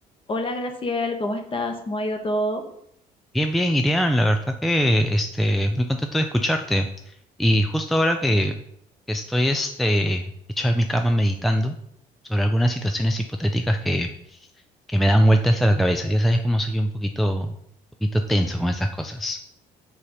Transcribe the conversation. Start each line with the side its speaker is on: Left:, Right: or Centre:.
Left: Hola Graciel, ¿cómo estás? ¿Cómo ha ido todo?
Centre: Bien, bien, Irian, la verdad que este, muy contento de escucharte. Y justo ahora que que estoy este, hecho en mi cama meditando sobre algunas situaciones hipotéticas que, que me dan vueltas a la cabeza. Ya sabes cómo soy un poquito, poquito tenso con esas cosas.